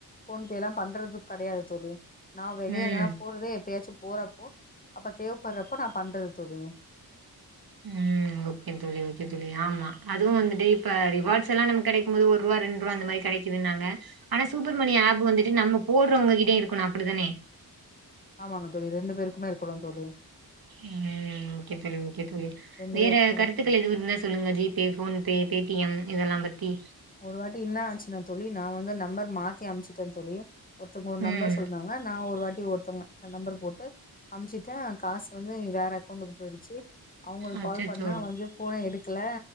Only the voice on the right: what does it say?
ம்,
உம் ஓகே தோழி ஓகே தோழி ஆமா அதுவு வந்துட்டு இப்ப ரிவாட்ஸ் எல்லா நமக்கு கெடைக்கும்போது ஒருவா ரெண்ருவா அந்த மாரி கெடைக்குதுன்னாங்க ஆனா சூப்பர்மணி ஆப் வந்துட்டு நம்ப போட்றவங்ககிட்டயே இருக்கனு அப்டிதானே
உம் ஓகே தோழி ஓகே தோழி
வேற
கருத்துக்கள்
எதுவு இருந்தா சொல்லுங்க ஜிபே ஃபோன்பே பேடிஎம் இதெல்லா பத்தி
ம்.
அச்சச்சோ!